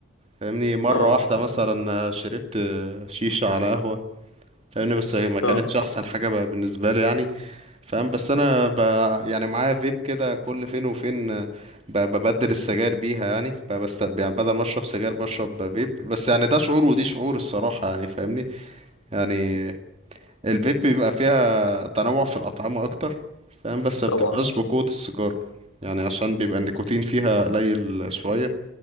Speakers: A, on the right; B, on the left.
A: فاهمني مرة
B: اه
A: واحدة مثلا آه، شربت آه، شيشة على قهوة فاهمني بس ما كانتش
B: اه
A: احسن حاجة بالنسبة لي يعني فاهم بس انا ب... يعني معايا فيب كده كل فين وفين آه، ب... ببدل السجاير بيها يعني ب... بست... يعني بدل ما اشرب سجاير بشرب فيب بس يعني ده شعور ودي شعور الصراحة يعني فاهمني يعني الفيب بيبقى فيها تنوع في الأطعمة اكتر فاهم بس ما
B: طبعا
A: بتبقاش بقوة السيجارة يعني عشان بيبقى النيكوتين فيها قليل شوية